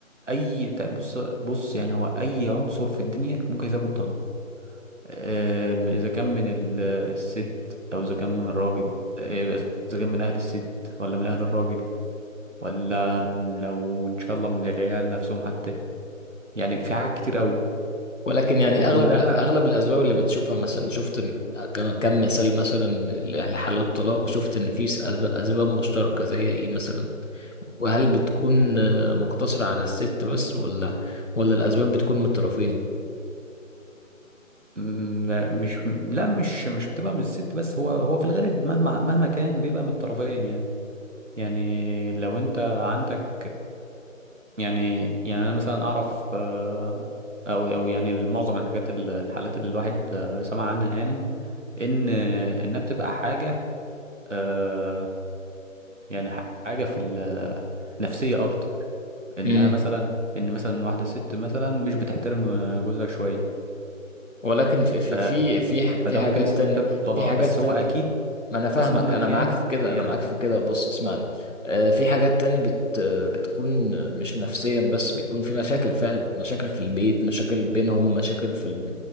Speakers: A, on the right; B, on the left.
A: اي ت- بص بص يعني هو اي عنصر في الدنيا ممكن يسبب طلاق آه اذا كان من ال- الست او اذا كان من الراجل آه، اذا كان من اهل الست ولا من اهل الراجل ولا لو ان شاء الله من العيال نفسهم حتى يعني في حاجات كتير قوي
B: ولكن يعني
A: وكلها
B: اغلب اغلب الاسباب اللي بتشوفها مثلا شفت م- كم مثال مثلا ل- لحالات طلاق وشفت ان في اسباب أسباب مشتركه زي ايه مثلا وهل بتكون آه، مقتصره على الست بس ولا ولا الاسباب بتكون من الطرفين
A: م- مش لا مش مش بتبقى من الست بس هو هو في الغالب مهما مهما كان بيبقى من الطرفين يعني يعني لو انت عندك يعني يعني انا مثلا اعرف آه، او او يعني معظم الحاجات ال- الحالات اللي الواحد آه، سمع عنها يعني ان انها بتبقى حاجة آه، يعني حاجة في النفسية اكتر انها
B: امم
A: مثلا ان مثلا واحدة ست مثلا مش بتحترم آه، جوزها شوية
B: ولكن في في
A: ف-
B: في في ح- في
A: فده ممكن
B: حاجات
A: يسبب
B: تانية
A: طلاق
B: في حاجات
A: بس هو
B: تانية
A: اكيد
B: ما انا فاهمك
A: بس مهما
B: انا
A: كان
B: معاك في كده
A: هي
B: انا معاك في كده بص اسمعني آه، في حاجات تانية بت آه، بتكون مش نفسيا بس بيكون في مشاكل فعلا مشاكل في البيت مشاكل بينهم مشاكل في